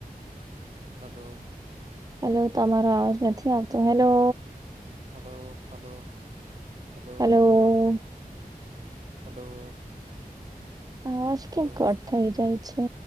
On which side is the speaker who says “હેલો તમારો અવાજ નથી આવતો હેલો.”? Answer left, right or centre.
Right